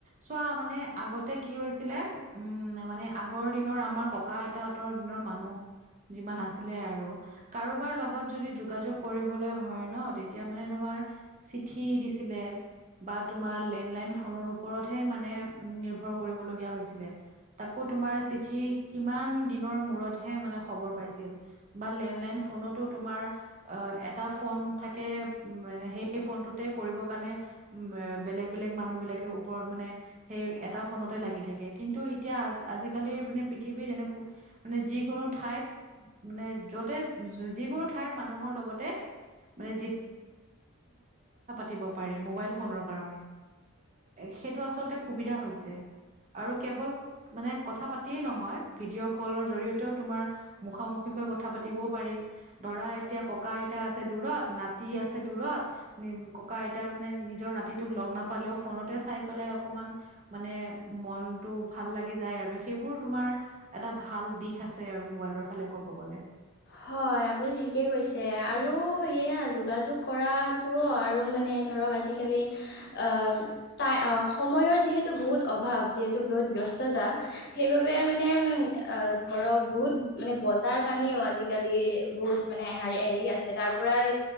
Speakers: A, on the right (about 35°); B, on the left (about 50°).
A: চোৱা মানে আগতে কি হৈছিলে উম মানে- আগৰ দিনৰ আমাৰ ককা আইতাহঁতৰ দিনৰ মানুহ যিমান আছিলে আৰু- কাৰোবাৰ লগত যদি যোগাযোগ কৰিবলৈ হয় ন তেতি- তিয়া মানে তোমাৰ চিঠি দিছিলে। বা তোমাৰ লেণ্ডলাইন ফোনৰ ওপৰতহে মানে উ নিৰ্ভৰ কৰিবলগীয়া হৈছিলে তাকো- তোমাৰ চিঠি কিমান দিনৰ মূৰত মানে খবৰ পাইছিল বা লেণ্ডলন ফোনটো- তোমাৰ এটাও ফৌন থাকি- তে মানে সেই ফোনটোতে কৰিবৰ কাৰণে উ বেলেগ বেলেগ মানুহ বিলাকে ওপৰত মানে- সেই এটা ফোনতে লাগি থাকে কিন্তু এতিয়া আজিকালিৰ মানে পৃথিৱীত এনে মানে যি- যিকোনো ঠাইত মানে যতে যিকোনো ঠাইৰ মানুহৰ লগতে- মানে দিব পাৰি মোবাইল ফোনৰ কাৰনে সেইটো আচলতে সুবিধা হৈছে। আৰু কেৱল মানে কথা পাতিয়েই নহয় হয় ভিডিঅ' কলৰ জৰিয়তেও তোমাৰ মুখা মুখিকৈ কথা পাতিবও পাৰি ধৰা এতিয়া ককা আইতা আছে দূৰত, নাতি আছে দূৰত ককা আইতা মানে নিজৰ নাতিটোক লগ নাপালেওঁ ফোনতে চাই পেলাই- এ অকমান মানে মনতটো ভাল লাগি যায় আৰু সেইবোৰ তোমাৰ এটা ভাল দি দিশ আছে আৰু মোবাইলৰ ফালে ক'ব গ'লে।
B: হয় আপুনি ঠিকে কৈছে আৰু সেয়া যোগাযোগ কৰাটো আৰু মানে ধৰক আজি কালি অহ টাই আহ সময়ৰ যিহেতু বহুত অভাৱ যিহেতু বহুত ব্যস্ত- ৰাস্ততা সেইবাবে মানে ধৰক বহুত মানে বজাৰ কানিও আজি- আজিকালি বহুত মানে হেৰি আছে তাৰ পৰাই